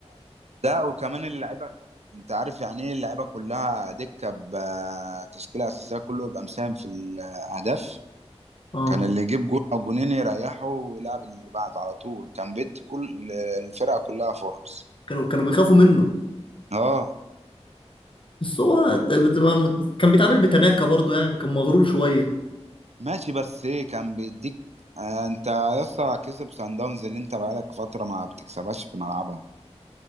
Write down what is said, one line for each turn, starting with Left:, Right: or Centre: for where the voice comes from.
Right: ده وكمان اللعيبه انت عارف يعني ايه اللعيبه كلها دكه بتشكيله اساسيه كله يبقى مساهم في الاهداف
Left: اه
Right: كان اللي يجيب جول او جونين يريحه ويلعب اللي بعده على طول كان بيدي كل الفرقه كلها فرص
Left: كانوا كانوا بيخافوا منه
Right: اه
Left: بس هو ت- بت- ما- كان بيتعامل بتناكة برضه يعني كان مغرور شويه
Right: ماشي بس ايه كان بيديك آه، انت يسطا كسب سان داونز اللي انت بقالك فتره ما بتكسبهاش في ملعبها